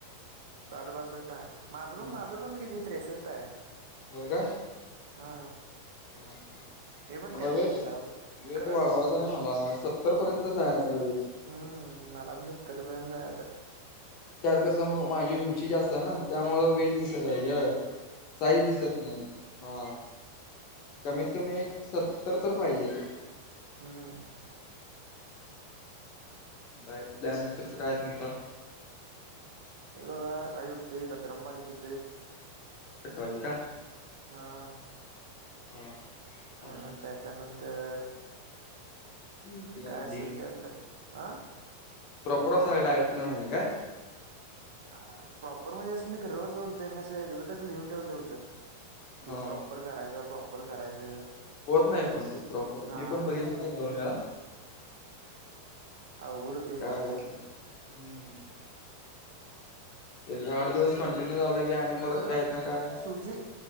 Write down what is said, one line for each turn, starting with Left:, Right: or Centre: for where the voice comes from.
Right: साड बासष्ट आहे माझं
Left: हम्म.
Right: पण माझं पण किती त्रेसष्ट आहे
Left: होय का
Right: हा
Left: ह
Right: मी पण
Left: मला
Right: त्याच
Left: वेट
Right: रेंजला आहे ओ
Left: वेट
Right: खरं
Left: वाढवायचा आहे मला सत्तर पर्यंत जायचं आहे वेट.
Right: हम्म मला पण सत्तरपर्यंत जायचं आहे
Left: त्यात कसं म माझी उंची जास्त ना त्यामुळं वेट दिसत साईज दिसत नाही हा कमीत कमी सत्तर तर पाहिजे
Right: हम्..
Left: डायट प्लान कस काय तुमचा?
Right: इथ का य आई उटते गरम पाणी देते
Left: सकाळी का?
Right: हा
Left: हा
Right: मग
Left: आणि
Right: त्याच्यानंतर
Left: केळी अंडी
Right: काय असेल ते आपलं हा
Left: प्रॉपर अस सगळ डायट प्लान आहे काय?
Right: हा प्रॉपर म्हणजे असं मी रोज बनतोय मी असं एकदा तरी लिहून ठेवलं होतं
Left: हा
Right: क प्रॉपर करायचं प्रॉपर करायचं
Left: होत नाही पण ते प्रॉपर
Right: हा
Left: मी पण बघितलं
Right: तेच होत
Left: दोन
Right: नाही
Left: वेळा
Right: अवघड होते सगळं
Left: काय होत नाही हम्म एक आठ
Right: आता
Left: दिवस कंटिन्यू झाला की आणि परत
Right: खरं
Left: काय ना काय
Right: सोजी